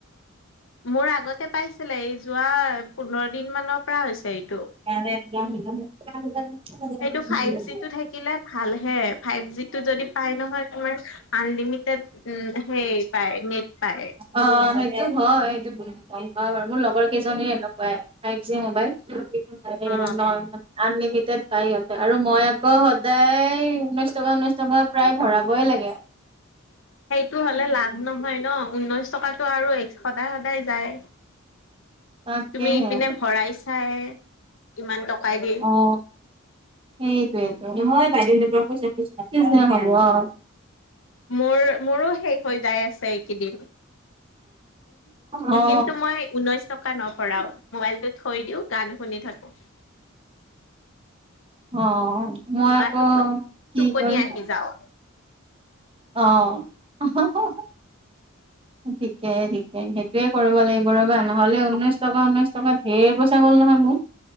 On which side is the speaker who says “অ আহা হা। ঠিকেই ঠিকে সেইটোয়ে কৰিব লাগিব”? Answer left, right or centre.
Right